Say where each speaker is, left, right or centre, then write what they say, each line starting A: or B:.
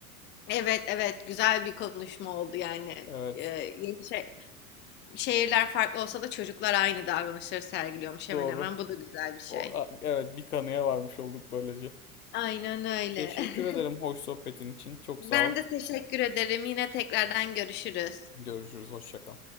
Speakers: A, on the left; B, on the left.
A: Evet evet güzel bir konuşma oldu yani.
B: Evet,
A: Ee, yeni şey, şehirler farklı olsa da çocuklar aynı davranışları sergiliyormuş hemen
B: doğru.
A: hemen. Bu da güzel bir şey.
B: O, a- evet, bir kanıya varmış olduk böylece.
A: Aynen öyle.
B: Teşekkür ederim
A: <laughs>
B: hoş sohbetin için. Çok
A: Ben
B: sağ ol.
A: de teşekkür ederim. Yine tekrardan görüşürüz.
B: Görüşürüz. Hoşça kal.